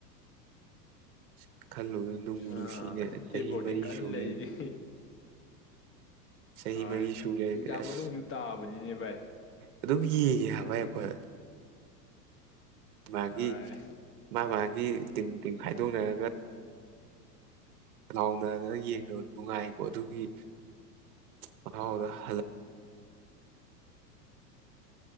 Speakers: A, on the right; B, on the left.
A: ꯁꯤ ꯈꯜꯂꯨꯕ ꯅꯣꯡꯃꯨ ꯅꯨꯡꯁꯤꯅꯦ
B: ꯑꯥ
A: ꯆꯍꯤ
B: ꯗꯦ ꯕꯣꯔꯗꯤꯡ
A: ꯃꯔꯤ
B: ꯀꯟꯅ
A: ꯁ
B: ꯂꯩꯔꯤ
A: ꯂꯩ ꯆꯍꯤ
B: ꯍꯣꯏ
A: ꯃꯔꯤ ꯁ ꯂꯩꯃꯦ
B: ꯑꯦꯛꯖꯥꯝ
A: ꯑꯁ
B: ꯃꯅꯨꯡꯁꯨ ꯇꯥꯕꯅꯤꯅꯦ ꯚꯥꯏ
A: ꯑꯗꯨꯝ ꯌꯦꯡꯉꯦ ꯍꯥꯏꯕꯩ ꯑꯩꯈꯣꯏ ꯃꯥꯒꯤ
B: ꯍꯣꯏ
A: ꯃꯥ ꯃꯥꯒꯤ ꯇꯤꯝ ꯇꯤꯝ ꯈꯥꯏ ꯑꯗꯨꯝꯉꯕ ꯂꯥꯎꯅꯗꯅ ꯌꯦꯡꯅꯕ ꯅꯨꯡꯉꯥꯏꯀꯣ ꯑꯗꯨꯒꯤ ꯃꯍꯥꯎꯗ ꯍꯜꯂꯛ